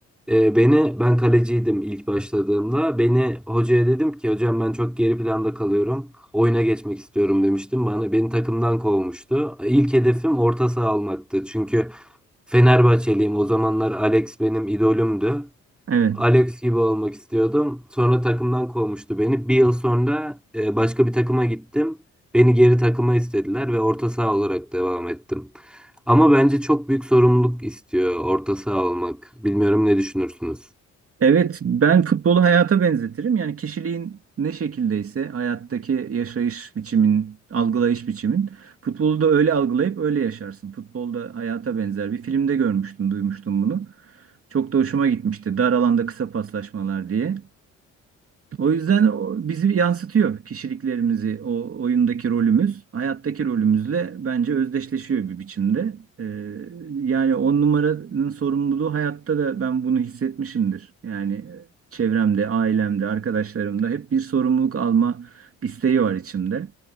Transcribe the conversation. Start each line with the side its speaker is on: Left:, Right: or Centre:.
Centre: E, beni ben kaleciydim ilk başladığımda. Beni hocaya dedim ki hocam ben çok geri planda kalıyorum. Oyuna geçmek istiyorum demiştim. Bana beni takımdan kovmuştu. İlk hedefim orta saha almaktı. Çünkü Fenerbahçeliyim. O zamanlar Alex benim idolümdü.
Right: Evet.
Centre: Alex gibi olmak istiyordum. Sonra takımdan kovmuştu beni. Bir yıl sonra e, başka bir takıma gittim. Beni geri takıma istediler ve orta saha olarak devam ettim. Ama bence çok büyük sorumluluk istiyor orta saha olmak. Bilmiyorum ne düşünürsünüz?
Right: Evet, ben futbolu hayata benzetirim. Yani kişiliğin ne şekildeyse hayattaki yaşayış biçimin, algılayış biçimin futbolu da öyle algılayıp öyle yaşarsın. Futbolda hayata benzer. Bir filmde görmüştüm, duymuştum bunu. Çok da hoşuma gitmişti. Dar alanda kısa paslaşmalar diye. O yüzden o bizi yansıtıyor kişiliklerimizi, o oyundaki rolümüz, hayattaki rolümüzle bence özdeşleşiyor bir biçimde. Ee, yani on numaranın sorumluluğu hayatta da ben bunu hissetmişimdir. Yani e, çevremde, ailemde, arkadaşlarımda hep bir sorumluluk alma isteği var içimde.